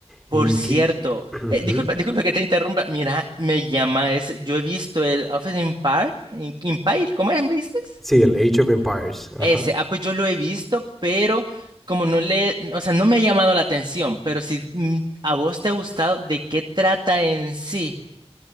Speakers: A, on the right; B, in the centre.
A: Por
B: Y
A: cierto,
B: que... <clears throat> Ujú.
A: eh, disculpa, disculpa que te interrumpa. Mira, me llama ese. Yo he visto el Office Empire, Empire, ¿cómo es? ¿Me dices?
B: Sí, el Age of Empires,
A: Ese,
B: ajá.
A: ah, pues yo lo he visto, pero como no le, o sea, no me ha llamado la atención, pero si mm, a vos te ha gustado, ¿de qué trata en sí?